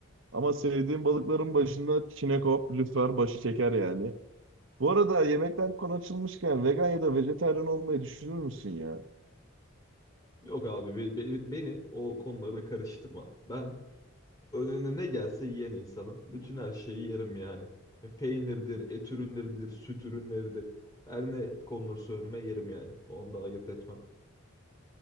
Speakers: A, on the right; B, on the left.
A: Ama sevdiğim balıkların başında çinekop, lüfer başı çeker yani. Bu arada yemekten konu açılmışken vegan ya da vejetaryen olmayı düşünür müsün ya?
B: Yok abi be- be- beni o konulara karıştırma. Ben önüne ne gelse yiyen insanım. Bütün her şeyi yerim yani. Yani Peynirdir, et ürünleridir, süt ürünleridir. Her ne konulursa önüme yerim yani. Onu da ayırt etmem.